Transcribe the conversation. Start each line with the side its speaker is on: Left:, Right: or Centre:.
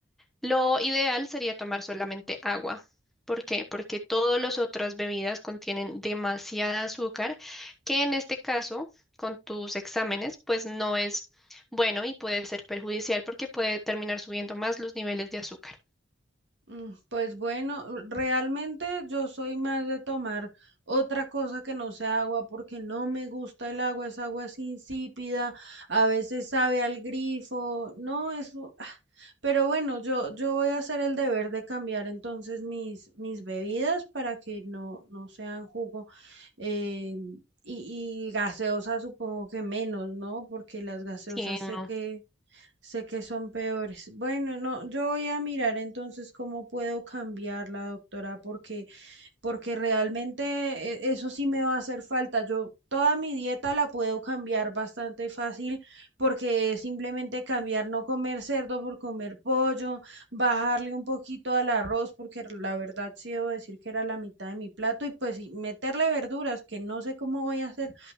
Centre: Lo ideal sería tomar solamente agua. ¿Por qué? Porque todas las otras bebidas contienen demasiada azúcar, que en este caso, con tus exámenes, pues no es bueno y puede ser perjudicial porque puede terminar subiendo más los niveles de azúcar.
Right: Mm, Pues bueno, realmente yo soy más de tomar otra cosa que no sea agua porque no me gusta el agua, esa agua es insípida, a veces sabe al grifo, no, eso. ah, Pero bueno, yo, yo voy a hacer el deber de cambiar entonces mis, mis bebidas para que no, no sean jugo eh, y, y gaseosa supongo que menos, ¿no? Porque las gaseosas
Centre: Sí,
Right: sé
Centre: no.
Right: que Sé que son peores. Bueno, no, yo voy a mirar entonces cómo puedo cambiarla, doctora, porque, porque realmente eh, eso sí me va a hacer falta. Yo toda mi dieta la puedo cambiar bastante fácil porque es simplemente cambiar, no comer cerdo por comer pollo, bajarle un poquito al arroz, porque la verdad sí debo decir que era la mitad de mi plato, y pues y meterle verduras, que no sé cómo voy a hacer,